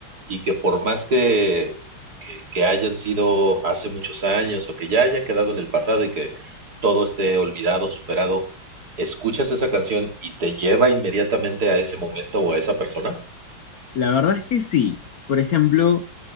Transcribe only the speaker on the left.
la verdad es que sí, por ejemplo...